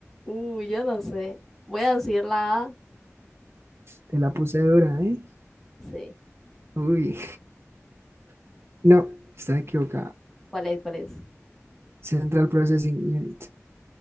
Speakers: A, in the centre; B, on the right.
A: uh, yo no sé. Voy a decir la A.
B: Te la puse dura, ¿eh?
A: Sí.
B: Uy, <laughs> no, está equivocada.
A: ¿Cuál es? ¿Cuál es?
B: Central Processing Unit.